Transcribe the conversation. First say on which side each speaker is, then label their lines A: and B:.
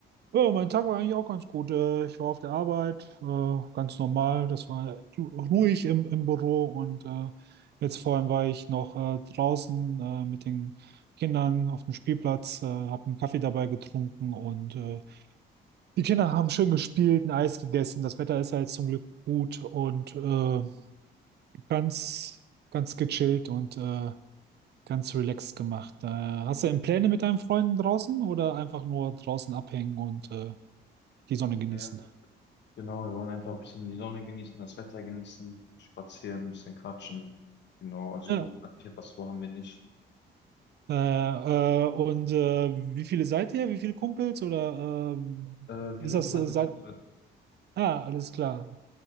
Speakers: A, on the right; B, on the left.
A: Ja, mein Tag war eigentlich auch ganz gut. Äh, ich war auf der Arbeit, äh, ganz normal. Das war ru- ruhig im, im Büro und äh, jetzt vorhin war ich noch äh, draußen äh, mit den Kindern auf dem Spielplatz, äh, habe einen Kaffee dabei getrunken und äh, die Kinder haben schön gespielt, ein Eis gegessen. Das Wetter ist ja jetzt zum Glück gut und äh, ganz, ganz gechillt und äh, Ganz relaxed gemacht. Äh, hast du denn Pläne mit deinen Freunden draußen oder einfach nur draußen abhängen und äh, die Sonne genießen?
B: Ja. Genau, wir wollen einfach ein bisschen die Sonne genießen, das Wetter genießen, spazieren, ein bisschen quatschen. Genau, also
A: Ja.
B: großartig etwas vor haben wir nicht.
A: Äh, äh, und äh, wie viele seid ihr? Wie viele Kumpels? Oder äh,
B: Äh, wir
A: ist
B: sind
A: das
B: heute
A: äh, seit...
B: zu dritt.
A: Ah, alles klar.